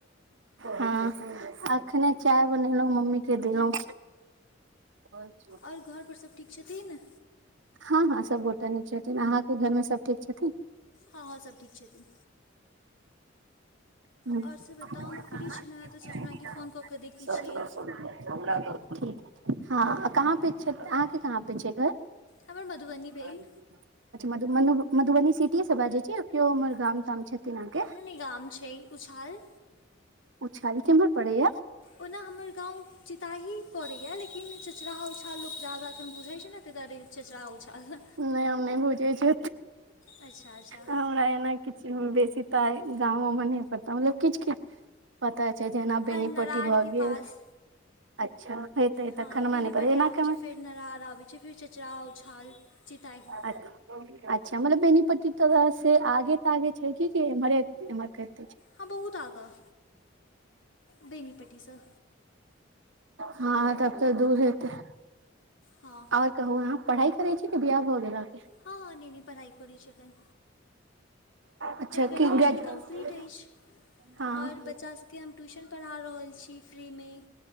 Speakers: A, on the right (about 70°); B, on the left (about 80°).
A: हँ, अखने चाय बनेलहुँ, मम्मी के देलहुँ। आओर।
B: आओर घरपर सभ ठीक छथिन ने?
A: हँ -हँ, सभ गोटा नीक छथिन, अहाँके घरमे सब ठीक छथिन?
B: हँ- हँ सब ठीक छथिन।
A: <unintelligible>
B: आओर से बताउ हम फ्री छलहुँ हेँ तऽ सोचलहुँ हेँ कि फोन कऽ कऽ देखैत
A: सतरह
B: छियै
A: सौ रुपया। ठीक हँ, कहाँ पे छै, अहाँके कहाँ पे छै घर?
B: हमर मधुबनी भेल
A: आ <unintelligible> अच्छा! मधुु मधुबनी सिटीये से बाजै छी, कीओ उमहर गाम-ताम छथिन अहाँके?
B: कोन गाम छै उछाल।
A: उछाल केमहर पड़ोये।
B: ओना हमर गाँव चिताही पड़ैए, लेकिन चचरा उछाल लोक जादा एखन बुझै छै ने ताहि दुआरे चचरा उछाल।
A: नहि हम नहि बुझै छी,
B: अच्छा अच्छा
A: हमरा एना किछु बेसी तऽ गामोमे नहि पता, मतलब किछु-किछु पता छै, जेना
B: हँ
A: बेनीपट्टी
B: नरारके
A: भए गेल,
B: पास
A: अच्छा। हेतै
B: हँ
A: तखन हमरा
B: बेनीपटी
A: नहि पता एना
B: आबै
A: केना
B: छै, फेर नरार आबै छै, फेर चचरा उछाल, चिताही।
A: अच्छा मतलब बेनीपट्टी तोरा से आगे-तागे छै की एम्हरे-उम्हर छै।
B: हँ बहुत आगाँ, बेनीपट्टीसँ।
A: हँ तब तऽ दूर हेतै।
B: हँ।
A: आ कहू अहाँ पढ़ाई करै छी कि बियाह भऽ गेल अहाॅं के।
B: हँ हँ नहि- नहि पढ़ाइ करै छी अखन।
A: अच्छा
B: ग्रेजुएशन
A: की ग्रेजुए
B: कम्प्लीट अछि
A: हँ।
B: आओर बच्चा सभके हम ट्यूशन पढ़ा रहल छी फ्रीमे